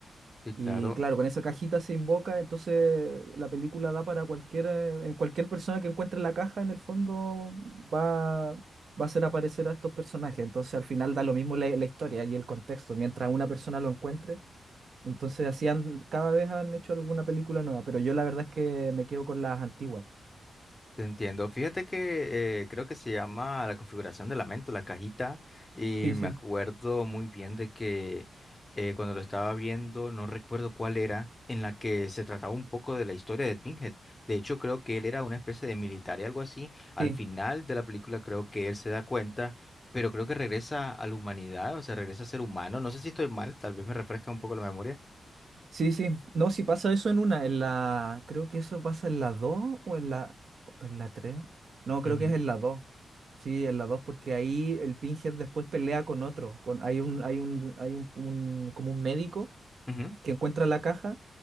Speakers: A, on the left (about 20°); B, on the right (about 55°).
A: sí, claro.
B: Y claro, con esa cajita se invoca, entonces la película da para cualquier, eh, en cualquier persona que encuentre la caja, en el fondo va, va a hacer aparecer a estos personajes. Entonces al final da lo mismo la, la historia y el contexto, mientras una persona lo encuentre. Entonces así han- cada vez han hecho alguna película nueva, pero yo la verdad es que me quedo con las antiguas.
A: Te entiendo. Fíjate que eh, creo que se llama la configuración de la mente, la cajita, y
B: Sí,
A: me
B: sí,
A: acuerdo muy bien de que eh, cuando lo estaba viendo, no recuerdo cuál era, en la que se trataba un poco de la historia de Pinhead. De hecho, creo que él era una especie de militar y algo así. Al
B: sí.
A: final de la película creo que él se da cuenta, pero creo que regresa a la humanidad, o sea, regresa a ser humano. No sé si estoy mal, tal vez me refresca un poco la memoria.
B: Sí, sí. No, si pasa eso en una, en la. Creo que eso pasa en la 2 o en la. o en la tres No, creo
A: Ujú,
B: que es en la dos Sí, en la 2 porque ahí el Pinhead después pelea con otro. Con, hay un, hay un, hay un, un- como un médico
A: ujú,
B: que encuentra la caja